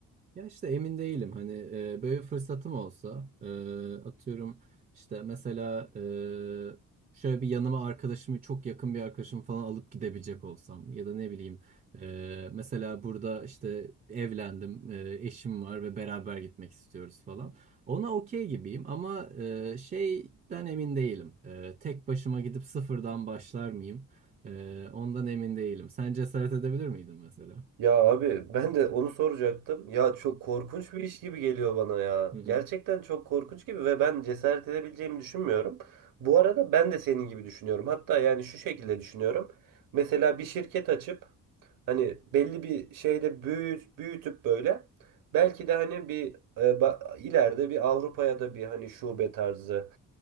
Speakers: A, on the right; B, on the right.
A: Ya işte emin değilim hani e, böyle bir fırsatım olsa e, atıyorum işte mesela e, şöyle bir yanıma arkadaşımı çok yakın bir arkadaşımı falan alıp gidebilecek olsam ya da ne bileyim e, mesela burada işte evlendim e, eşim var ve beraber gitmek istiyoruz falan ona okey gibiyim ama e, şeyden emin değilim E, tek başıma gidip sıfırdan başlar mıyım E, ondan emin değilim sen cesaret edebilir miydin mesela?
B: Ya abi ben de onu soracaktım. Ya çok korkunç bir iş gibi geliyor bana ya.
A: Hı
B: Gerçekten çok korkunç gibi ve ben cesaret edebileceğimi düşünmüyorum. Bu arada ben de senin gibi düşünüyorum. Hatta yani şu şekilde düşünüyorum. Mesela bir şirket açıp hani belli bir şeyde büyüt, büyütüp böyle belki de hani bir e, ba- ileride bir Avrupa'ya da bir hani şube tarzı